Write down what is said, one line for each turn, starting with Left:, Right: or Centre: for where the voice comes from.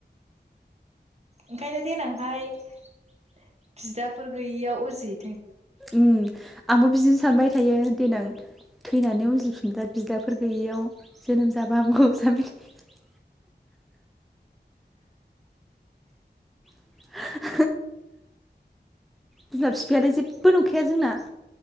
Right: ओंखायनो देनांहाय बिदाफोर गैयियाव उजि
Centre: उम आंबो बिदिनो सानबाय थायो देनां थैनानै उजि फिनबा बिदाफोर गैयियाव जोनोम जाबा हामगौ सानबायथायो <inaudible> बिमाब बिफायालाय जेबो नंखाया जोंना